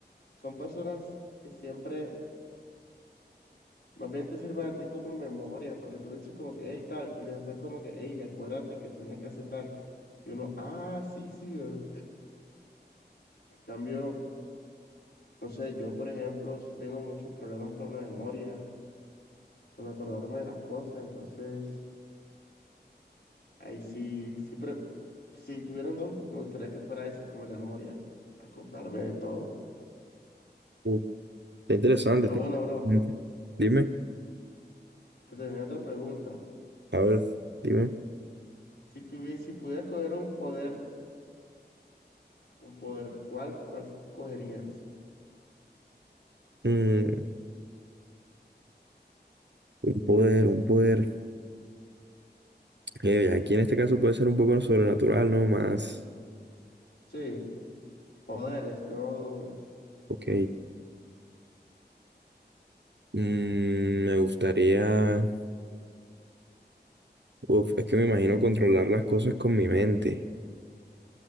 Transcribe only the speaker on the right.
Uh, Está interesante,
está
interesante. Dime,
a ver, dime.
Mm, un poder, un poder. Eh, aquí en este caso puede ser un poco sobrenatural, ¿no? Más.
Ok. Mm, me gustaría. Uf, es que me imagino controlar las cosas con mi mente.